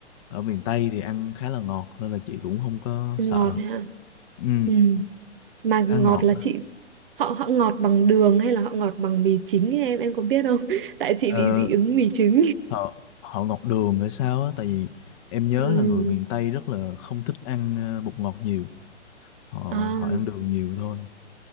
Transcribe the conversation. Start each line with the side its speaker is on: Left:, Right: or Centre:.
Left: ở miền Tây thì ăn khá là ngọt nên là chị cũng không có
Right: ngọt
Left: sợ
Right: ha
Left: ừ
Right: ừ. mà
Left: khá
Right: ngọt
Left: ngọt
Right: là
Left: đó
Right: chị họ họ ngọt bằng đường hay là họ ngọt bằng mì chính ấy, em em có biết không <laughs> tại chị
Left: ờ,
Right: bị dị ứng mì trứng
Left: họ họ ngọt đường hay sao á tại vì em nhớ
Right: <laughs> ừ.
Left: là người miền Tây rất là không thích ăn ờ, bột ngọt nhiều họ
Right: À.
Left: họ ăn đường nhiều thôi